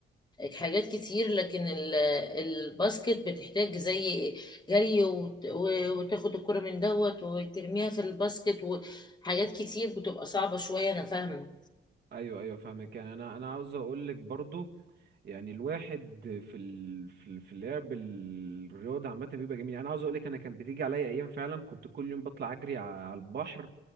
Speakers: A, on the left; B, on the right.
A: حاجات كتير لكن ال- الباسكت بتحتاج زي جري وت- و- وتاخد الكرة من دوت وترميها في الباسكت وحاجات كتير بتبقى صعبة شوية أنا فاهمة
B: ايوه ايوه فاهمك يعني انا انا عاوز اقول لك برضو يعني الواحد في ال... في ال- في لعب الرياضة عامة بيبقى جميل يعني انا عاوز اقول لك انا كان بتيجي عليا ايام فعلا كنت كل يوم بطلع اجري ع- على البحر